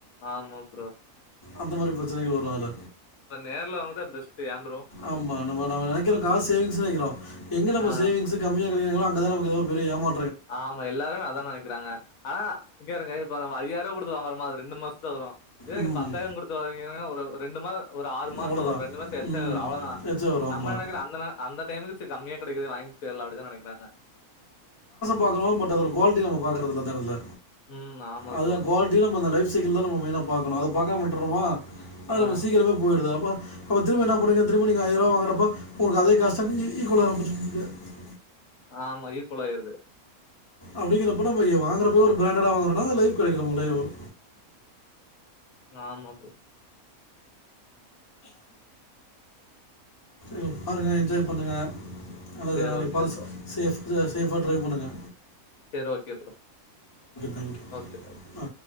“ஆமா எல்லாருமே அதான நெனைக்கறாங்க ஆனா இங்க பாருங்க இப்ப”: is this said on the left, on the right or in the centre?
Left